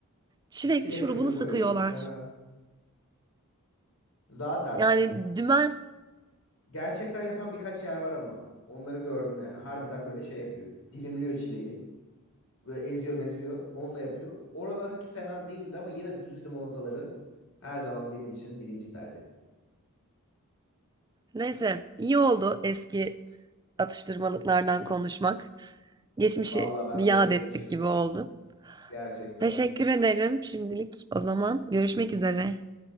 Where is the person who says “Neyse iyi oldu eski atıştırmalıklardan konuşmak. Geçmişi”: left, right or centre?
Right